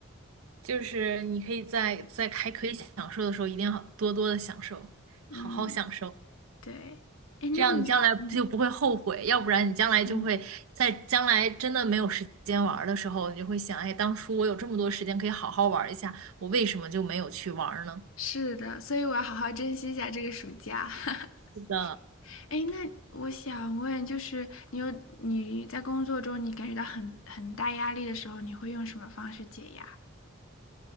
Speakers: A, on the right (about 90°); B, on the left (about 75°).
A: 就是你可以在在还可以享受的时候，一定要多多的享受，
B: 嗯，
A: 好好享受，
B: 对，哎，
A: 这样你将来就不会后悔。
B: 那你，嗯
A: 要不然你将来就会在将来真的没有时间玩儿的时候，
B: 嗯，
A: 你就会想，哎，当初我有这么多时间可以好好玩儿一下，我为什么就没有去玩儿呢？
B: 是的，所以我要好好珍惜一下这个暑假。<laughs>
A: 是的。
B: 哎，那我想问，就是你有你在工作中你感觉到很很大压力的时候，你会用什么方式解压？